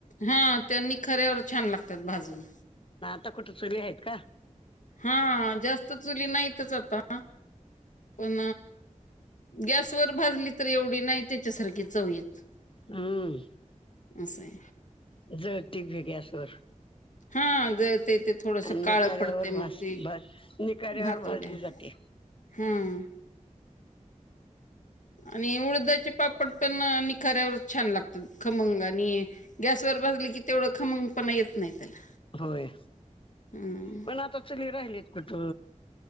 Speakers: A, on the left (about 75°); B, on the left (about 45°).
A: हा त्यांनी खऱ्यावर छान लागतात भाजून
B: म कुठ चुली आहेत का
A: हा जास्त चुली नाहीतच आता. पण गॅसवरर भाजली तर एवढी नाही त्याच्यासारखी चवी येत.
B: हम्म.
A: असंय.
B: जळती भे गॅसवर.
A: हा. ते थोडस
B: आणि निकाऱ्यावर
A: काळ पडत
B: भास
A: मग त
B: भास निकाऱ्यावर
A: भातोड्या
B: भाजली जाते
A: हम्म. आणि उळदाचे पापड पण निखाऱ्यावर छान लागत खमंग आणि गॅसवर. भाजली की तेवढं खमंग पणा येत नाही त्याला.
B: होय
A: हम्म
B: पण आता चूली राहिलीत कुठ